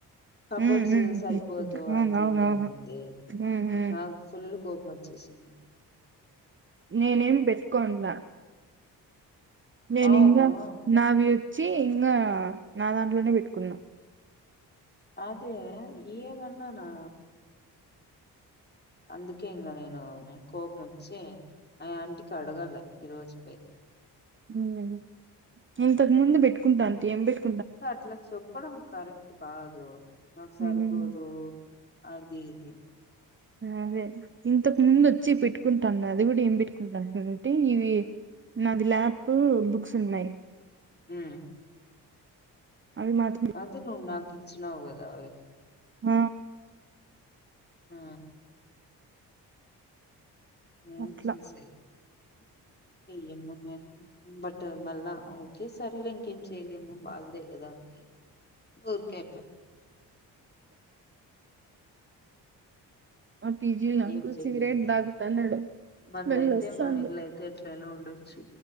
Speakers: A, on the left; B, on the right.
A: కబోర్డ్స్
B: ఉమ్ ఉమ్
A: సరిపోదు అది
B: అవునవునవును
A: ఇది అనింది
B: ఉమ్ ఉమ్
A: నాకు ఫుల్ కోపం వచ్చేసింది
B: నేనే ఏం పెట్టుకోండులే నేను
A: అవును
B: ఇంగా నావి వచ్చి ఇంగా నా దాంట్లోనే పెట్టుకున్నా
A: అదే ఏమన్నానా అందుకే ఇంగా నేను కోపం వచ్చి ఆ ఆంటికి అడగల ఈ రోజు పోయి
B: హ్మ్ ఇంతకు ముందు పెట్టుకుంటా అంటే ఏం పెటు
A: అట్లా చెప్పడం కరెక్ట్ కాదు నాకు సరిపోదు
B: ఉమ్
A: అది ఇది
B: అదే ఇంతకు ముందు వచ్చి పెట్టుకుంటాది అది కూడా ఏం పెట్టుకుంది న అంటే ఇవి నాది ల్యాప్, బుక్స్ ఉన్నాయి,
A: హు
B: అవి మాత్రం
A: అది నువు నా కిచ్చినావు కదా
B: ఆ
A: హు ఏం
B: అట్లా
A: చేసేది <unintelligible> బట్ మళ్ళా ఓకే సరేలె ఇంకేం చేయలేమో బాగుదే కదా అది ఊరుకైపోయి
B: ఆ పీజీ నాకు
A: ఏం చేయలేమ
B: సిగరెట్ తాగుతన్నాడు
A: మనదయితే
B: స్మెల్ వస్తాంది
A: మన ఇళ్ళయితే ఎట్లయినా ఉండొచ్చు